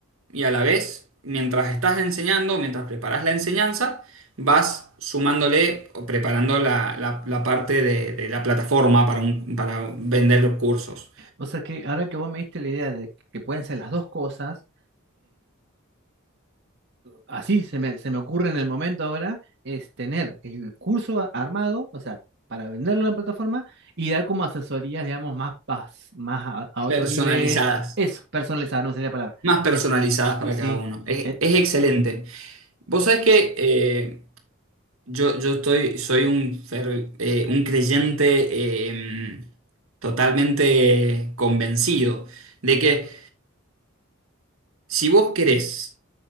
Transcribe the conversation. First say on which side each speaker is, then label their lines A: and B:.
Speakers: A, on the right; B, on the right.
A: y a la vez, mientras estás enseñando, mientras preparas la enseñanza, vas sumándole o preparando la, la- la parte de, de la plataforma para, un- para vender cursos
B: O sea que ahora que vos me diste la idea de que pueden ser las dos cosas, así se me, se me ocurre en el momento ahora, es tener el curso a- armado, o sea, para venderlo en la plataforma y dar como asesorías, digamos, más, pas- más, a, a otro
A: personalizadas,
B: nivel. Eso, personalizado, no me salía la palabra.
A: más personalizadas
B: Eso.
A: para
B: Sí, sí.
A: cada uno. es
B: Eh,
A: es excelente. Vos sabés que eh, yo, yo estoy, soy un, fer- eh, un creyente eh, totalmente convencido de que si vos querés